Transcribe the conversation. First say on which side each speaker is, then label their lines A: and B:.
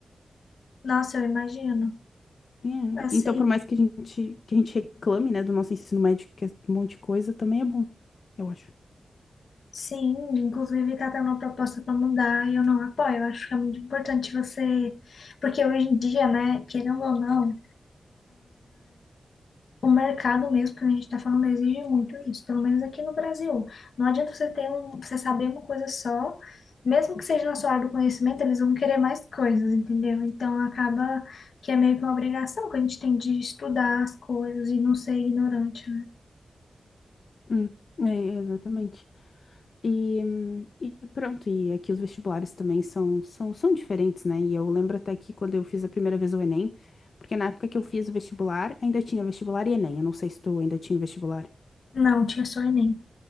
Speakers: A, on the left; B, on the left.
A: Nossa, eu imagino.
B: É,
A: Assim.
B: Então, por mais que a gente, que a gente reclame, né, do nosso ensino médio, que é um monte de coisa, também é bom, eu acho.
A: Sim, inclusive está tendo uma proposta para mudar e eu não apoio. Eu acho que é muito importante você. Porque hoje em dia, né, querendo ou não, o mercado mesmo, que a gente está falando, exige muito isso, pelo menos aqui no Brasil. Não adianta você ter um, você saber uma coisa só, mesmo que seja na sua área do conhecimento, eles vão querer mais coisas, entendeu? Então acaba que é meio que uma obrigação que a gente tem de estudar as coisas e não ser ignorante, né?
B: Hum, é, exatamente. E, hum, e pronto, e aqui os vestibulares também são, são, são diferentes, né? E eu lembro até que quando eu fiz a primeira vez o Enem, porque na época que eu fiz o vestibular, ainda tinha vestibular e Enem. Eu não sei se tu ainda tinha o vestibular.
A: Não, tinha só Enem.